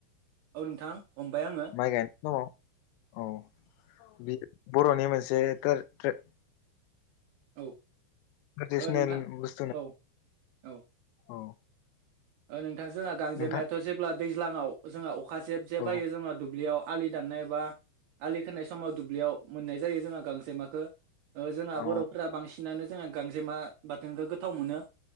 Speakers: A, on the right; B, on the left.
A: औ नोंथां हमबाय आङो
B: माइ गायनाय समाव औ बि बर'नि मोनसे कोर थ्रे
A: औ
B: थ्रेदिसेनेल
A: ओ नोंथां
B: बस्थु ना
A: औ औ
B: औ
A: नोंथां जोंहा गांजेमायाथ'
B: नोंथां
A: जेब्ला दैज्लाङाव जोंहा अखा जेब जेब
B: औ
A: हायो जोंङो दुब्लियाव आलि दाननाय बा आलि खोननाय समाव दुब्लियाव मोननाय जायो जोंहा गांसेमाखो ओ जोंहा
B: औ
A: बर'फोरा बांसिनानो जोंहा गांजेमा बाथोनखौ गोथाव मोनो